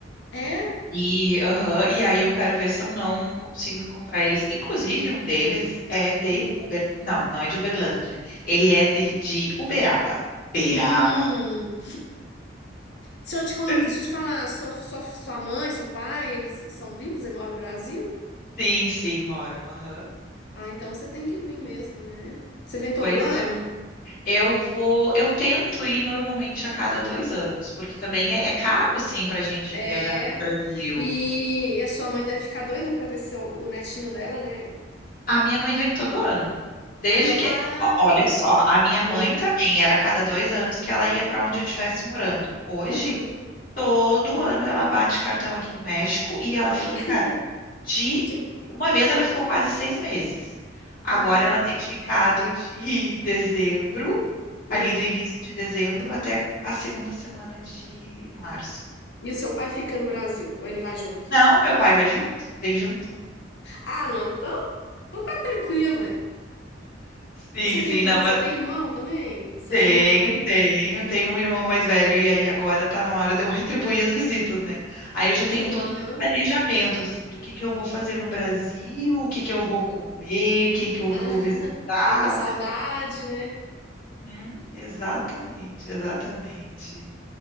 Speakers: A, on the left (about 65°); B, on the left (about 45°).
A: É?
B: E, aham, e aí eu quero ver se eu não consigo encontrar eles. Inclusive, um deles é de
A: Hum.
B: Uber... Não, não é de Uberlândia. Ele é de, de Uberaba. Beraba.
A: Hum. <laughs> Se eu te contar,
B: <laughs>
A: se eu te falar, sua, sua, sua mãe, seu pai, eles são vivos, eles moram no Brasil?
B: Sim, sim, moram. Aham.
A: Ah, então você tem que vir mesmo, né? Você vem todo
B: Pois
A: ano?
B: é. Eu vou, eu tento ir normalmente a cada dois anos, porque também é, é caro assim para a gente
A: É.
B: viajar para o Brasil.
A: E, e a sua mãe deve ficar doida pra ver seu, o netinho dela, né?
B: A minha mãe vem todo ano, desde
A: Ah, ela,
B: que,
A: ah,
B: ó, olha
A: tá.
B: só, a minha mãe
A: Ah,
B: também era a cada dois anos que ela ia para onde eu estivesse morando. Hoje,
A: Aham.
B: todo ano ela bate cartão aqui no México e
A: Ah,
B: ela fica de
A: <laughs> tipo,
B: uma vez ela ficou quase seis meses. Agora
A: ah,
B: ela tem ficado de <laughs> dezembro,
A: hum.
B: ali do início de dezembro até a segunda semana de março.
A: E o seu pai fica no Brasil? Ou ele vai junto?
B: Não, meu pai vai junto, vem junto.
A: Ah, não, então, então tá tranquilo,
B: Sim,
A: E você tem,
B: sim, não,
A: você
B: mas
A: tem irmão também? Seus
B: tenho,
A: irmãos vai.
B: tenho, tenho um irmão mais velho e aí agora tá na hora de eu retribuir as visitas, né? Aí eu já tenho
A: Aham.
B: todo o meu planejamento, assim, do que que eu vou fazer no Brasil, o que que eu vou comer, quem que eu
A: Ah,
B: vou visitar.
A: <laughs> Mata a saudade, né?
B: Hum, exatamente, exatamente.